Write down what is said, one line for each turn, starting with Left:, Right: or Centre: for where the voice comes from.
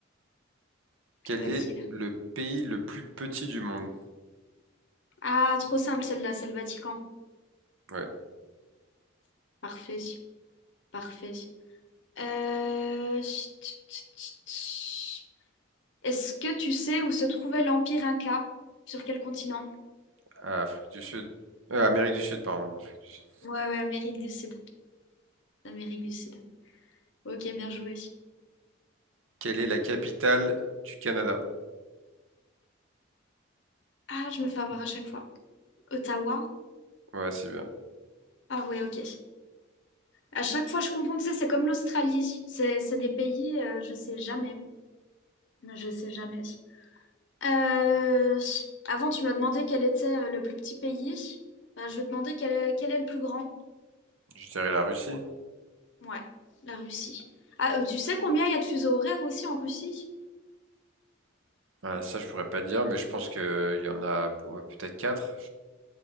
Right: Quel
Left: facile.
Right: est le pays le plus petit du monde?
Left: Ah, trop simple celle-là, c'est le Vatican.
Right: Ouais.
Left: Parfait, parfait. Euh, chut, chut, chut, chut. Est-ce que tu sais où se trouvait l'Empire Inca? Sur quel continent?
Right: Ah, Afrique du Sud. Euh, Amérique du Sud, pardon. Afrique du Sud.
Left: Ouais, ouais, Amérique du Sud. Amérique du Sud. Ok, bien joué.
Right: Quelle est la capitale du Canada?
Left: Ah, je me fais avoir à chaque fois. Ottawa?
Right: Ouais, c'est bien.
Left: Ah ouais, ok. À chaque fois, je confonds, tu sais, c'est comme l'Australie. C'est c'est des pays, euh, je sais jamais. Je sais jamais. Euh, avant, tu m'as demandé quel était euh, le plus petit pays. Bah, je vais te demander quel est, quel est le plus grand.
Right: Je dirais la Russie.
Left: Ouais, la Russie. Ah, euh, tu sais combien il y a de fuseaux horaires aussi en Russie?
Right: Ah, ça, je pourrais pas dire, mais je pense que il y en a ouais, peut-être quatre.